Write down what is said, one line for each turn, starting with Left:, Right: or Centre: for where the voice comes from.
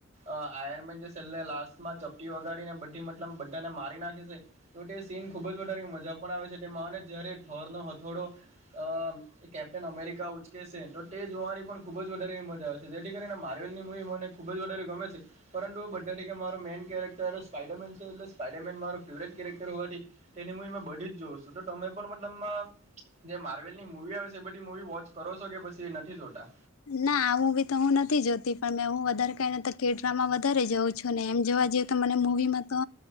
Right: અ આયરમેન જે છેલ્લે લાસ્ટ માં ચપી વગાડી ને બધી મતલબ બધા ને મારી નાખી છે તો તે સીન ખુબ જ વધારે મજા પણ આવે છે તેમાં અને જયારે થઠોરનો હથોડો અ કેપ્ટન અમેરિકા ઉચકે છે તો તે જોવાની પણ ખુબ જ વધારે મજા આવેશે તો જેથી કરીને માર્વેલની મૂવી મને ખૂબ જ વધારે ગમે છે પરંતુ બધા મારો મેન કેરેક્ટર સ્પાઈડરમેન છે એટલે સ્પાઈડરમેન માર ફેવરેટ કેરેક્ટર હોવાથી તેની હું બધી જ જોઉં છું તો તમે પણ મતલબમાં જે માર્વેલ ની મુૂવી આવે છે એ બધી મૂવી વોચ કરો છો કે પછી એ નથી જોતા
Left: ના આવું બી તો હું નથી જોતી પણ મેં હું વધારે કઈને તો કેટરામાં વધારે જાઉં છું ને એમ જોવા જ મને મૂવીમાં તો